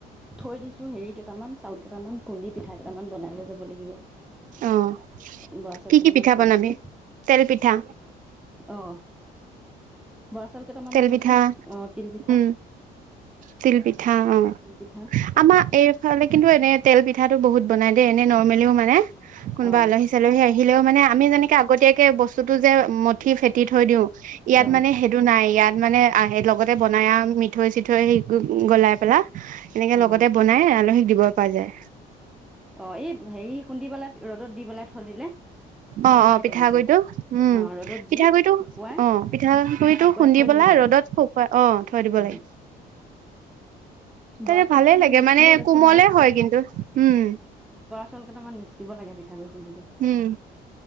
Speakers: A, in the centre; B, on the right (about 50°).
A: থৈ দিছো হেৰি কেইটামান চাউল কেইটামান খুন্দি পিঠা কেইটামান বনাইৈ যাব লাগিব
B: আহ
A: বৰা চাউল
B: কি
A: কেইটামান
B: কি পিঠা
A: থৈ
B: বনাবি
A: দিছো
B: তেল পিঠা
A: অ বৰা চাল কেইটামানত
B: তেল
A: থৈছো
B: পিঠা
A: অ তিল পিঠা
B: উম তিলপিঠা অ
A: তিল পিঠা
B: আমাৰ এই খালে কিন্তু এনে তেল পিঠাটো বহুত বনাই দে এনে ন ও মানে কোনোবা
A: অ
B: আলহী চালহী আহিলেও মানে আমি যেনেকে আগতীয়াক তেল বস্তুতটো যে মঠি ফেটি থৈ দিও ইয়াত
A: অ
B: মানে সেইটো নাই ইয়াত মানে আহে লগতে বনাই ি থৈ চি থৈ হেৰি গলাই পেলাই এনেকে
A: অ
B: লগতে বনাই আলহীক দিব পোৱা যায়
A: অ এই হেৰি খুন্দিবেলা ৰ'দত দি পেলাই থৈ দিলে পাৰা
B: অ
A: যায়
B: অ পিঠাগুড়িটো
A: তেনেকে
B: উম
A: অ ৰ'দত
B: পিঠাগুড়িটো
A: দি শুকুৱাই
B: আহ পিঠাগুড়িটো
A: শুকুৱাই
B: খুন্দি
A: থৈ
B: পেলাই
A: দিব লাগে
B: ৰ'দত খুৱাই আহ থৈ দিব
A: উম
B: লাগে তেনে
A: বৰা চাউল
B: ভালে
A: কেইটামান
B: লাগে
A: মিক্স
B: মানে
A: দিলে বেছি
B: কোমলে
A: ভাল
B: হয় কিন্তু উম
A: ল কটামান্ দিব লাগে পিঠাগুৰি খুন্দোতে
B: উম